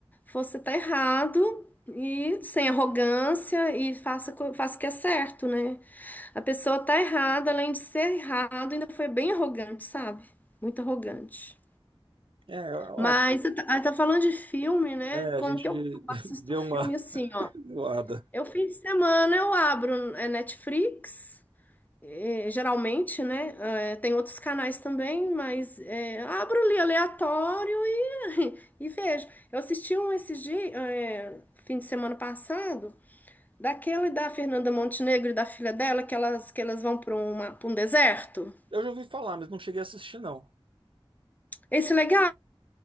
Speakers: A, on the left (about 20°); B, on the right (about 65°).
A: você tá errado e sem arrogância e faça, co- faça o que é certo, né? A pessoa tá errada, além de ser errado, ainda foi bem arrogante, sabe? Muito arrogante.
B: é, olha,
A: Mas você tá ah, tá falando de filme, né?
B: é,
A: Como
B: a gente
A: que eu
B: <laughs>
A: assisto
B: deu
A: filme
B: uma
A: assim, ó?
B: voada.
A: Eu fim de semana eu abro é, Netflix, eh, geralmente, né? Eh, tem outros canais também, mas eh, abro ali aleatório e, <laughs> e vejo. Eu assisti um esses dias, é, fim de semana passado, daquele da Fernanda Montenegro e da filha dela, que elas, que elas vão para um deserto.
B: Eu já ouvi falar, mas não cheguei a assistir, não.
A: Esse legal,